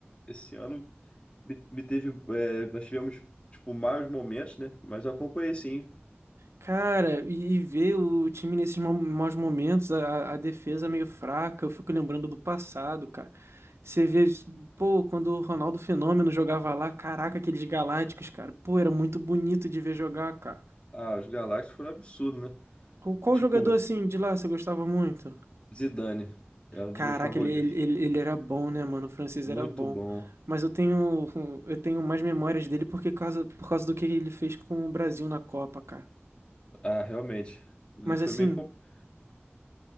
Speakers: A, on the left; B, on the right.
A: Esse ano me, me teve, é, nós tivemos, tipo, maus momentos, né? Mas eu acompanhei sim.
B: Cara, e, e ver o time nesses mau- maus momentos, a, a defesa meio fraca, eu fico lembrando do passado, cara. Você vê, pô, quando o Ronaldo Fenômeno jogava lá, caraca, aqueles Galácticos, cara. Pô, era muito bonito de ver jogar, cara.
A: Ah, os Galácticos foram absurdos, né?
B: Qual, qual
A: Tipo,
B: jogador assim de lá você gostava muito?
A: Zidane, era um
B: Caraca,
A: dos meus favoritos.
B: ele, ele, ele ele era bom, né, mano? O francês
A: Muito
B: era bom.
A: bom.
B: Mas eu tenho, um, eu tenho mais memórias dele porque causa, por causa do que ele fez com o Brasil na Copa, cara.
A: Ah, realmente, ele
B: Mas
A: foi
B: assim,
A: meio complicado.